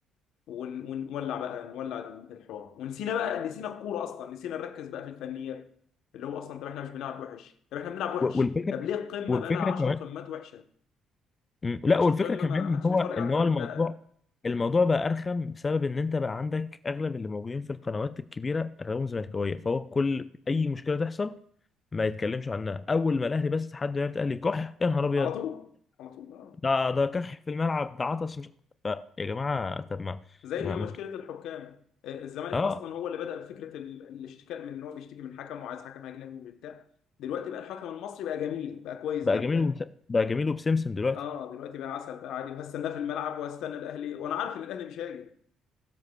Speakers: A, on the left (about 75°); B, on the left (about 30°).
A: ون- ونولع بقى نولع الحوار ونسينا بقى نسينا الكوره اصلا نسينا نركز بقى في الفنيات اللي هو اصلا طب احنا مش بنلعب وحش طب احنا بنلعب وحش
B: و- والفكره
A: طب
B: ك-
A: ليه القمه
B: والفكره
A: بقى لها 10
B: كمان
A: قمات وحشه
B: مم. لا
A: ماتش
B: والفكره
A: القمه
B: كمان
A: ما حدش
B: ان هو
A: بيتفرج
B: ان
A: على
B: هو الموضوع
A: ده
B: الموضوع بقى ارخم بسبب ان انت بقى عندك اغلب اللي موجودين في القنوات الكبيره اغلبهم زملكاويه فهو كل اي مشكله تحصل ما يتكلمش عنها اول ما الاهلي بس حد يعرف الاهلي كح يا نهار ابيض
A: على طول على طول آه.
B: ده ده كح في الملعب ده عطس مش ف- يا جماعه طب ما
A: زي
B: ما
A: مشكله
B: ما انتوا-
A: الحكام آه، الزمالك
B: اه
A: اصلا هو اللي بدا بفكره ال- الاشتكاء من ان هو بيشتكي من حكم وعايز حكم اجنبي وبتاع دلوقتي بقى الحكم المصري بقى جميل بقى كويس
B: بقى
A: جدا
B: جميل ومس... بقى جميل وبسمسم دلوقتي
A: اه دلوقتي بقى عسل بقى عادي وهستناه في الملعب وهستنى الاهلي وانا عارف ان الاهلي مش هاجي